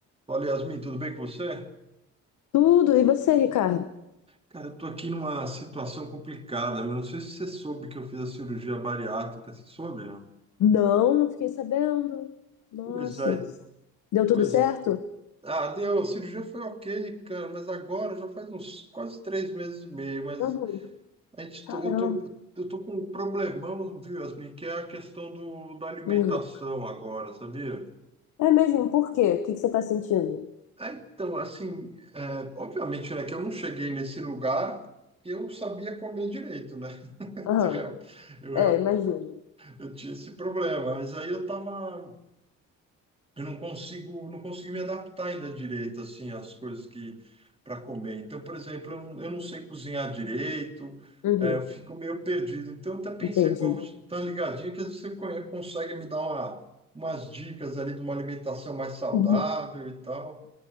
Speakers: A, on the right (about 20°); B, on the left (about 80°).
A: Fala, Yasmin, tudo bem com você?
B: Tudo. E você, Ricardo?
A: Cara, eu tô aqui numa situação complicada, mas não sei se você soube que eu fiz a cirurgia bariátrica, você soube, não?
B: Não, não fiquei sabendo. Nossa.
A: Pois é,
B: Deu tudo
A: pois
B: certo?
A: é. Ah, deu, a cirurgia foi ok, cara, mas agora já faz uns quase três meses e meio, mas
B: Uhum.
A: a gente
B: Caramba.
A: tô, eu tô, eu tô com um problemão, viu, Yasmin, que é a questão do, da alimentação
B: Uhum.
A: agora, sabia?
B: É mesmo? Por quê? O que que você tá sentindo?
A: Ah, então, assim, é, obviamente, né, que eu não cheguei nesse lugar que eu sabia comer direito, né? <laughs>
B: Aham.
A: Eu
B: É, imagino.
A: Eu tinha esse problema, mas aí eu tava, eu não consigo, não consegui me adaptar ainda direito assim às coisas que para comer. Então, por exemplo, eu não, eu não sei cozinhar direito,
B: Uhum.
A: é, eu fico meio perdido. Então, eu até pensei,
B: Entendi.
A: pô, eu vou te dar uma ligadinha que às vezes você conhe- consegue me dar uma, umas dicas ali de uma alimentação mais saudável
B: Uhum.
A: e tal,